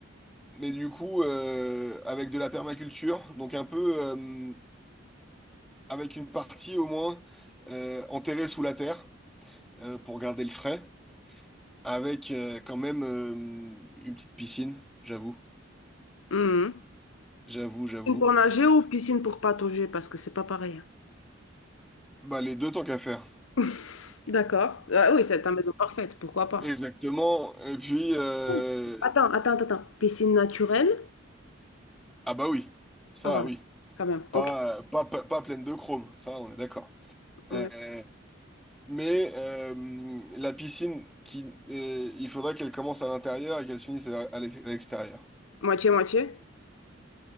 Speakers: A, in the centre; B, on the left.
A: mais du coup, euh, avec de la permaculture, donc un peu. euh, avec une partie au moins euh, enterrée sous la terre euh, pour garder le frais, avec euh, quand même euh, une petite piscine, j'avoue,
B: Mhm.
A: j'avoue, j'avoue.
B: Piscine pour nager ou piscine pour patauger, parce que c'est pas pareil.
A: Bah les deux tant qu'à faire.
B: <laughs> D'accord. Ah oui, c'est ta maison parfaite, pourquoi pas.
A: Exactement. Et puis euh,
B: Oh, Attends, attends, attends. Piscine naturelle?
A: ah bah oui, ça
B: Ah voilà,
A: oui,
B: quand même.
A: pas
B: Ok.
A: pas pas, pas pleine de chrome, ça on est d'accord.
B: Ouais.
A: Euh, mais euh, la piscine qui euh, il faudrait qu'elle commence à l'intérieur et qu'elle se finisse à à l'extérieur.
B: Moitié, moitié.